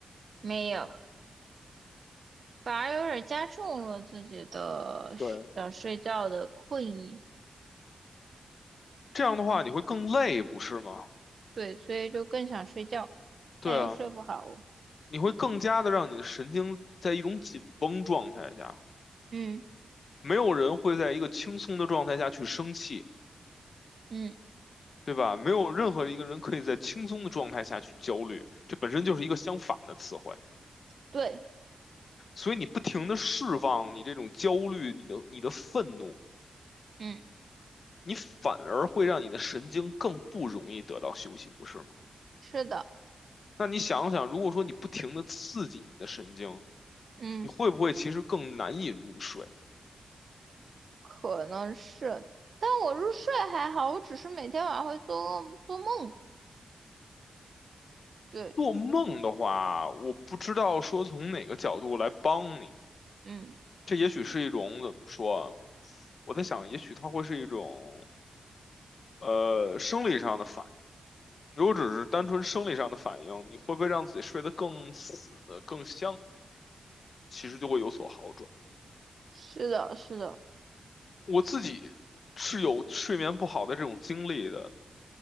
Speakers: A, on the right (about 65°); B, on the left (about 65°).
A: 没有。反而有点加重了自己的想睡觉的困意，
B: 对，这样的话你会更累，不是吗？
A: 对，所以就更想睡觉，
B: 对啊，
A: 但又睡不好。
B: 你会更加的让你的神经在一种紧绷状态下，
A: 嗯
B: 没有人会在一个轻松的状态下去生气，
A: 嗯，
B: 对吧？没有任何一个人可以在轻松的状态下去焦虑，这本身就是一个相反的词汇。
A: 对，
B: 所以你不停的释放你这种焦虑，你的你的愤怒，
A: 嗯，
B: 你反而会让你的神经更不容易得到休息，不是吗？
A: 是的，
B: 那你想想，如果说你不停的刺激你的神经，
A: 嗯，
B: 你会不会其实更难以入睡？
A: 可能是，但我入睡还好，我只是每天晚上会做梦做梦。对，
B: 做梦的话，我不知道说从哪个角度来帮你。
A: 嗯，
B: 这也许是一种怎么说啊？我在想，也许它会是一种呃生理上的反应。如果只是单纯生理上的反应，你会不会让自己睡得更死、更香？其实就会有所好转。
A: 是的，是的，
B: 我自己是有睡眠不好的这种经历的。